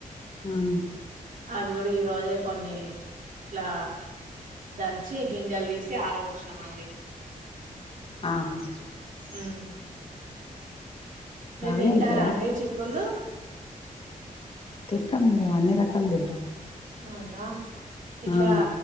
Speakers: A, on the left; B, on the right.
A: ఉమ్
B: అవి గూడ ఈ రోజే కొన్ని ఇట్లా దంచి గింజెలు తీసి ఆరబోసినామండి
A: ఆహా
B: ఉమ్ మీరు
A: బాగానే
B: తింటారా
A: వెళ్తాయా
B: అండి చిక్కుళ్లు
A: తింటాం మేము అన్ని రకాలు తింటాం
B: అవునా ఇట్లా
A: ఆ